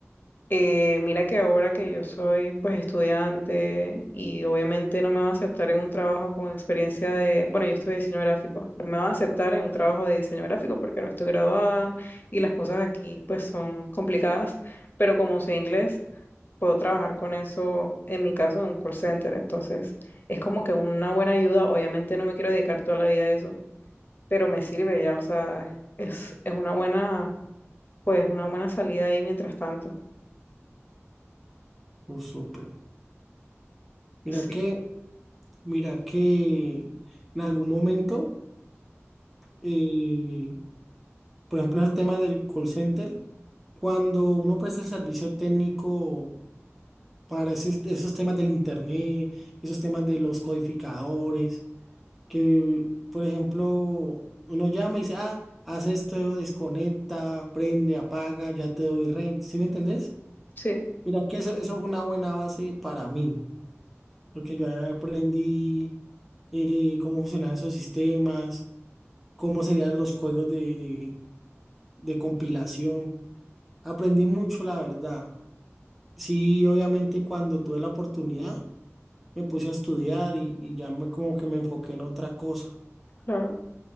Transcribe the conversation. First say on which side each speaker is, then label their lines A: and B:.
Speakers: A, on the left; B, in the centre.
A: Eh, mira que ahora que yo soy pues estudiante y obviamente no me va a aceptar en un trabajo con experiencia de, bueno, yo estudio diseño gráfico, no me va a aceptar en un trabajo de diseño gráfico porque no estoy graduada y las cosas aquí pues son complicadas, pero como sé inglés, puedo trabajar con eso, en mi caso, en un call center, entonces es como que una buena ayuda, obviamente no me quiero dedicar toda la vida a eso, pero me sirve ya, o sea, es, es una buena, pues una buena salida ahí mientras tanto,
B: Oh, súper. Mira
A: sí.
B: que, mira que en algún momento, eh, por ejemplo, el tema del call center, cuando uno presta el servicio técnico para ese- esos temas del internet, esos temas de los codificadores. que, por ejemplo, uno llama y dice, ah, haz esto, desconecta, prende, apaga, ya te doy red, ¿sí me entendés?
A: Sí,
B: Mira que eso, eso fue una buena base para mí, porque yo ahí aprendí eh, cómo funcionaban esos sistemas, cómo serían los códigos de, de, de compilación. Aprendí mucho, la verdad. Sí, obviamente cuando tuve la oportunidad, me puse a estudiar y, y ya me, como que me enfoqué en otra cosa.
A: claro.